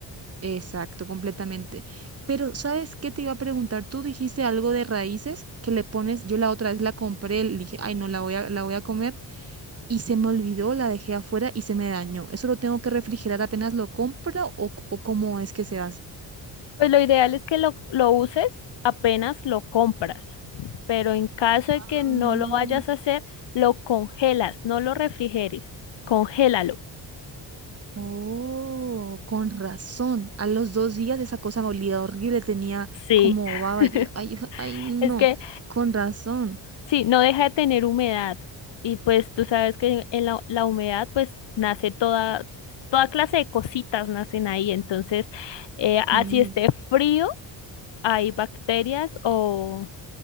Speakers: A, on the right; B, on the left.
A: Exacto, completamente. Pero ¿sabes qué te iba a preguntar? Tú dijiste algo de raíces que le pones, yo la otra vez la compré, le dije, ay no, la voy a, la voy a comer y se me olvidó, la dejé afuera y se me dañó. ¿Eso lo tengo que refrigerar apenas lo compro o, o cómo es que se hace?
B: Pues lo ideal es que lo, lo uses apenas lo compras, pero en caso de
A: Ah,
B: que no lo vayas a hacer, lo congelas, no lo refrigeres, congélalo.
A: Oh, con razón. A los dos días esa cosa me olía horrible, tenía
B: Sí.
A: como baba.
B: <laughs>
A: Yo, ay, <laughs> ay, no,
B: Es que
A: con razón.
B: Sí, no deja de tener humedad. Y pues tú sabes que en la, la humedad pues nace toda, toda clase de cositas nacen ahí. Entonces, eh,
A: Sí,
B: así esté frío, hay bacterias o